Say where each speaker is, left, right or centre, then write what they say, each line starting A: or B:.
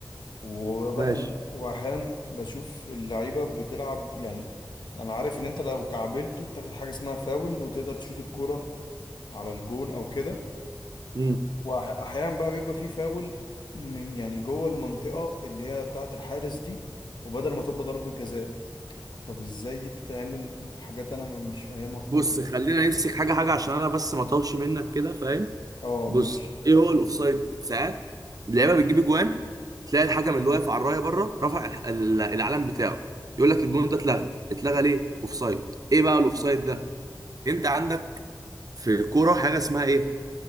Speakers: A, on the left; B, on the right.
A: وبقى
B: ماشي
A: ال... واحيانا بشوف اللعيبه بتلعب يعني انا عارف ان انت لو كعبلته بتاخد حاجه اسمها فاول وتقدر تشوط الكرة على الجون او كده
B: امم
A: واحيانا بقى بيبقى فيه فاول من يعني جوه المنطقه اللي هي بتاعه الحارس دي وبدل ما تبقى ضربة جزاء طب ازاي دي بتتعمل حاجات انا مش فاهمها خالص
B: بص خلينا نمسك حاجه حاجه عشان انا بس ما اطولش منك كده فاهم
A: اه
B: بص
A: ماشي
B: ايه هو الاوفسايد ساعات اللعيبه بتجيب جوان تلاقي الحكم اللي واقف على الرايه بره رفع الح- ال- العلم بتاعه يقول لك الجون ده اتلغى اتلغى ليه اوفسايد ايه بقى الاوفسايد ده انت عندك في الكوره حاجه اسمها ايه